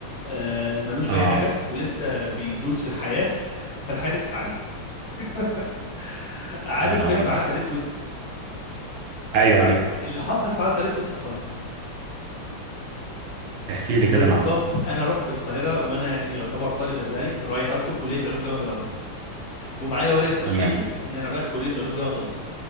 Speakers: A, on the left; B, on the right.
A: آه، ملوش
B: اه
A: في أي حاجة ولسه بيدوس في الحياة فالحياة دست عليه <laughs> عارف
B: يا نهار
A: فيلم
B: ابيض
A: عسل أسود
B: ايوه ايوه
A: اللي حصل في عسل أسود حصل لي
B: احكي لي كده
A: بالظبط
B: اللي حصل
A: انا رحت القاهره وانا يعتبر طالب ازهري رايح ادخل كليه علوم جامعه الازهر ومعايا ورقه ترشيحي
B: تمام
A: ان انا رايح كليه علوم جامعه الازهر